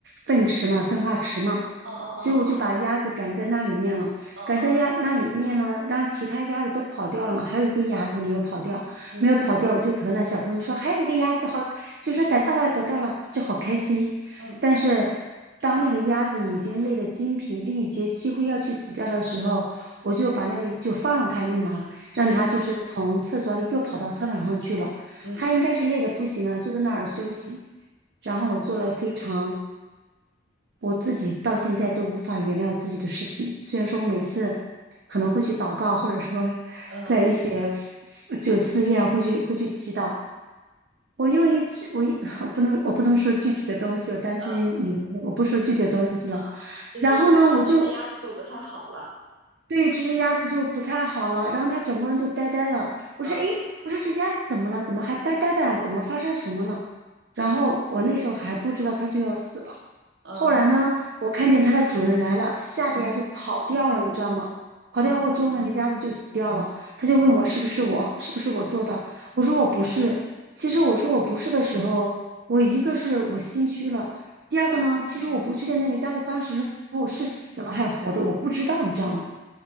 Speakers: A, on the right (about 60°); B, on the right (about 85°).
A: 粪池嘛，粪化池嘛。
B: 哦哦哦
A: 所以我就把鸭子赶在那里面了，
B: 哦哦，
A: 赶在鸭那里面呢，让其他鸭子都跑掉了嘛，还有一个鸭子没有跑掉，
B: 嗯
A: 没有跑掉，我就和那小朋友说，还有一个鸭子好，就说逮到了，逮到了，就好开心。
B: 嗯
A: 但是当那个鸭子已经累得精疲力竭，几乎要去死掉的时候，我就把那个就放了它一马，让它就是从厕所里又跑到操场上去了。
B: 嗯嗯
A: 它应该是累得不行了，就在那儿休息。然后我做了非常我自己到现在都无法原谅自己的事情。虽然说我每次可能会去祷告，或者说 <laughs>
B: 嗯嗯
A: 在一些就寺院会去会去祈祷。我用一只我一 <laughs> 我不能我不能说具体的东西，我担心你们的我不说具体的东西。
B: 嗯嗯，就是最后这只鸭子就不太好了，
A: 然后呢，我就对这只鸭子就不太好了，然后它整个人就呆呆的。我说，
B: 嗯
A: 诶，我说这鸭子怎么了？怎么还呆呆的啊怎么发生什么了？然后我那时候还不知道它就要死了。
B: 嗯
A: 后来呢，我看见它的主人来了，吓得呀就跑掉了，你知道吗？跑掉过之后呢，
B: 嗯
A: 那个鸭子就死掉了。他就问我是不是我，是不是我做的？我说我不是。其实我说我不是的时候，我一个是我心虚了，第二个呢，其实我不确定那个鸭子当时是死了还是活着，我不知道，你知道吗？